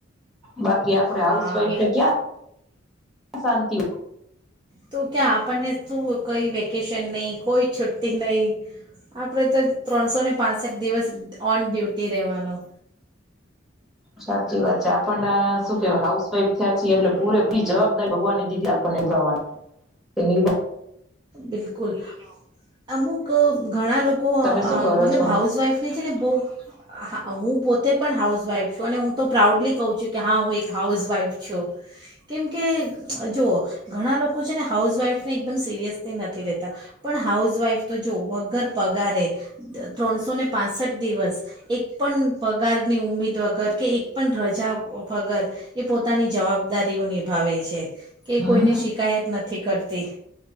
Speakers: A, in the centre; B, on the right.
A: બાકી આપ આપ હાઉસ
B: હા
A: વાઈફ ક્યા શાંતિ.
B: તો ક્યા આપણને શું કઈ વેકેશન નહીં કોઈ છુટ્ટી નહીં, આપણે તો ત્રણસો ને પાંસઠ દિવસ ઓન ડ્યુટી રહેવાનું.
A: સાચી વાત છે આપણને શું કે હાઉસ વાઈફ થયા છી એટલે પૂરે પૂરી જવાબદારી ભગવાને દીધી આપણને નિભાવવાની. તેની
B: બિલકુલ, અમુક ઘણા લોકો
A: તમે શું કરો
B: મતલબ
A: છો
B: હાઉસવાઇફને છે ને બો, હું પોતે પણ હાઉસવાઈફ છું અને હું તો પ્રાઉડલી કહું છું કે હા હું એક હાઉસવાઈફ છું, કેમ કે જો ઘણા લોકો છે ને હાઉસવાઇફને એકદમ સિરિયસલી નથી લેતા, પણ હાઉસવાઇફ તો જો વગર પગારે, ત્રણસો ને પાંસઠ દિવસ, એક પણ પગારની ઉમીદ વગર કે એક પણ રજા વગર એ પોતાની જવાબ દારીયો નિભાવે છે, કે
A: હમ
B: કોઈને શિકાયત નથી. કરતી